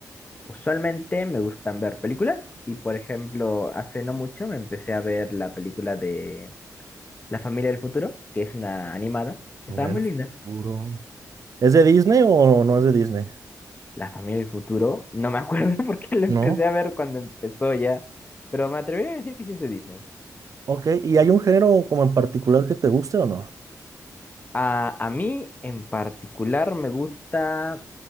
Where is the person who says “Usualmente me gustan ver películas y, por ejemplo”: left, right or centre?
Left